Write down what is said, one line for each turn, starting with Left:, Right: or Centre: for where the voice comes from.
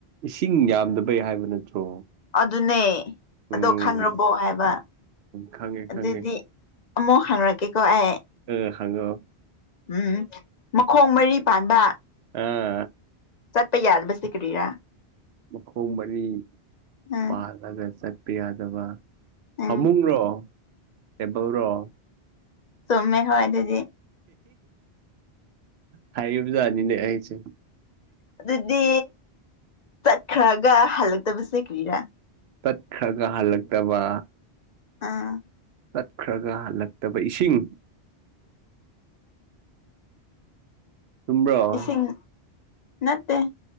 Right: ꯏꯁꯤꯡ ꯌꯥꯝꯗꯕꯩ ꯍꯥꯏꯕ ꯅꯠꯇ꯭ꯔꯣ
Left: ꯑꯗꯨꯅꯦ
Right: ꯎꯝ
Left: ꯑꯗꯣ ꯈꯪꯉꯕꯣ ꯍꯥꯏꯕ
Right: ꯈꯪꯉꯦ
Left: ꯑꯗꯨꯏꯗꯤ
Right: ꯈꯪꯉꯦ
Left: ꯑꯃꯨꯛ ꯍꯪꯔꯀꯀꯦꯀꯣ ꯑꯩ
Right: ꯑ ꯍꯪꯉꯛꯑꯣ
Left: ꯎꯝ ꯃꯈꯣꯡ ꯃꯔꯤ ꯄꯥꯟꯕ
Right: ꯑꯥ
Left: ꯆꯠꯄ ꯌꯥꯗꯕꯁꯤꯗꯤ ꯀꯔꯤꯔ
Right: ꯃꯈꯣꯡ ꯃꯔꯤ
Left: ꯎꯝ
Right: ꯄꯥꯜꯂꯒ ꯆꯠꯄ ꯌꯥꯗꯕ
Left: ꯎꯝ
Right: ꯐꯃꯨꯡꯔꯣ ꯇꯦꯕꯜꯔꯣ
Left: ꯆꯨꯝꯃꯦ ꯍꯣꯏ ꯑꯗꯨꯗꯤ
Right: ꯍꯥꯏꯔꯤꯕ ꯖꯥꯠꯅꯤꯅꯦ ꯑꯩꯁꯦ
Left: ꯑꯗꯨꯗꯤ ꯆꯠꯈ꯭ꯔꯒ ꯍꯜꯂꯛꯇꯕꯁꯦ ꯀ꯭ꯔꯤꯔꯥ
Right: ꯇꯠꯈ꯭ꯔꯒ ꯍꯜꯂꯛꯇꯕ
Left: ꯑꯥ
Right: ꯇꯠꯈ꯭ꯔꯒ ꯍꯜꯂꯛꯇꯕ ꯏꯁꯤꯡ ꯆꯨꯝꯕ꯭ꯔꯣ
Left: ꯏꯁꯤꯡ ꯅꯠꯇꯦ